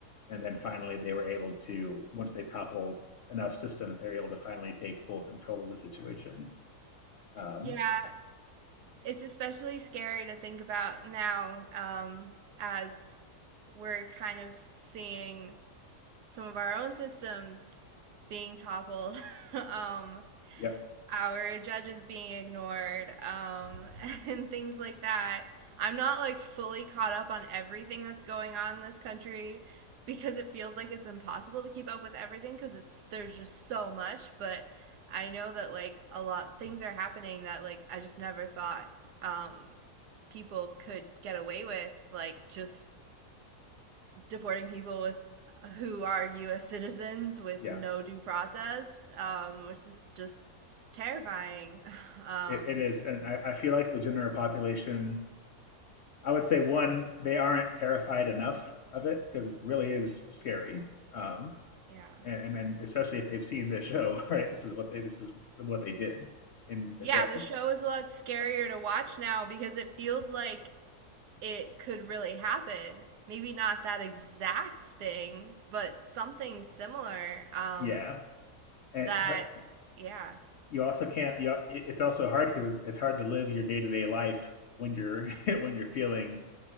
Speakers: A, on the left; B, on the right.
A: And then finally, they were able to, once they toppled enough systems, they were able to finally take full control of the situation. Um,
B: Yeah, it's especially scary to think about now, um, as we're kind of seeing some of our own systems being toppled. <laughs> um,
A: yep,
B: our judges being ignored, um, <laughs> and things like that. I'm not like fully caught up on everything that's going on in this country because it feels like it's impossible to keep up with everything because it's there's just so much. But I know that like a lot things are happening that like I just never thought um, people could get away with, like just deporting people with who are U.S. citizens with
A: yeah,
B: no due process, um, which is just terrifying. <laughs> <sighs> Um,
A: it, it is. And I, I feel like the general population, I would say, one, they aren't terrified enough of it because it really is scary. Um,
B: yeah,
A: and, and, and especially if they've seen the show, <laughs> right? This is what they this is what they did in the
B: yeah.
A: show.
B: The show is a lot scarier to watch now because it feels like it could really happen. Maybe not that exact thing, but something similar. Um,
A: Yeah, and
B: that,
A: but
B: yeah,
A: you also can't. You, it's also hard because it's, it's hard to live your day to day life when you're <laughs> when you're feeling